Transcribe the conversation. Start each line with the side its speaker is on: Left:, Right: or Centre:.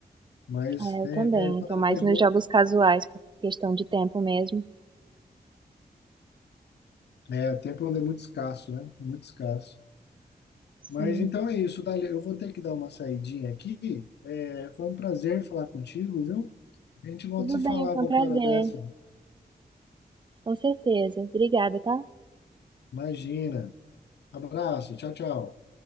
Left: Mas
Right: É, eu
Left: é,
Right: também.
Left: quando
Right: Eu tô
Left: era
Right: mais
Left: mais
Right: nos
Left: novo,
Right: jogos casuais, por questão de tempo mesmo.
Left: é, o tempo ainda é muito escasso, né? Muito escasso.
Right: Sim.
Left: Mas então é isso, Dália. Eu vou ter que dar uma saidinha aqui. É, foi um prazer falar contigo, viu? A gente volta
Right: Tudo
Left: a se
Right: bem,
Left: falar
Right: foi
Left: a qualquer
Right: um prazer.
Left: hora dessa.
Right: Com certeza. Obrigada, tá?
Left: Imagina. Abraço, tchau, tchau.